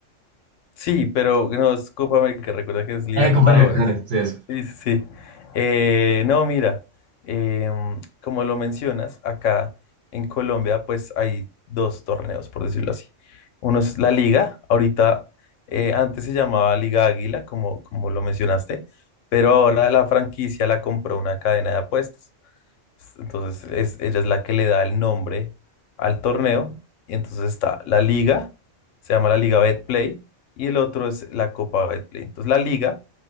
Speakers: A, on the left; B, on the right.
A: Sí, pero no es Copa América, recuerda que es Libertadores.
B: Eh, Copa Libertadores, sí, eso.
A: Sí, sí. sí. Eh, no, mira, em, como lo mencionas, acá en Colombia pues hay dos torneos, por decirlo así. Uno es la Liga, ahorita eh, antes se llamaba Liga Águila, como, como lo mencionaste, pero ahora la franquicia la compró una cadena de apuestas. Entonces es, ella es la que le da el nombre al torneo. Y entonces está la Liga, se llama la Liga BetPlay, y el otro es la Copa BetPlay. Entonces la Liga